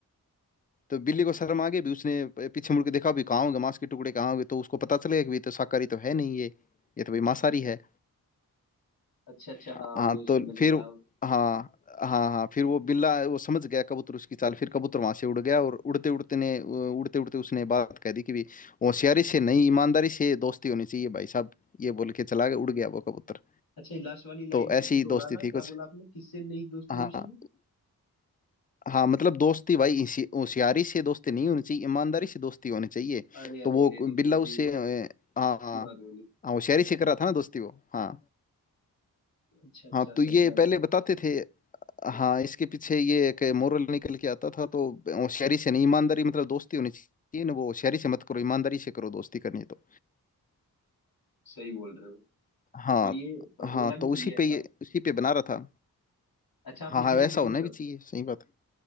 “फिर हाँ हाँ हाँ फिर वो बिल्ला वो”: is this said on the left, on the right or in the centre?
Left